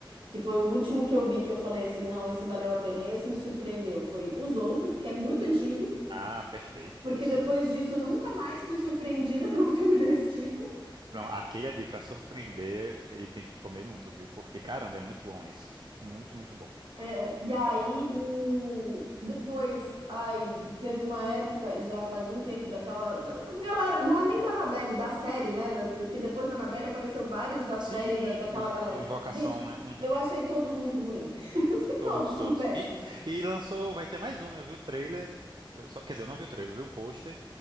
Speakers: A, on the right; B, on the right.
A: Que foi o último que eu vi que eu falei assim, não, esse valeu a pena, e esse me surpreendeu. Foi Os Outros, que é muito antigo,
B: Ah, perfeito.
A: porque
B: Esse
A: depois
B: é.
A: disso eu nunca mais fui surpreendida <laughs> por um filme desse tipo.
B: Não, aquele ali pra surpreender, ele tem que comer muito, viu? Porque caramba, é muito bom esse. Muito, muito bom.
A: É, e aí o depois, aí teve uma época, já faz muito tempo, daquela da, da galera, não é nem da Annabelle, da série, né? Da- porque depois da Annabelle apareceu vários da série
B: Sim,
A: da, daquela
B: In-
A: galera.
B: Invocação,
A: Gente,
B: né? Uhum.
A: eu achei todos muito ruim. <laughs>
B: Todos,
A: Todos são
B: todos.
A: péssimos.
B: E, e lançou, vai ter mais um, né? Eu vi o trailer. eu só- quer dizer, eu não vi o trailer, eu vi o pôster.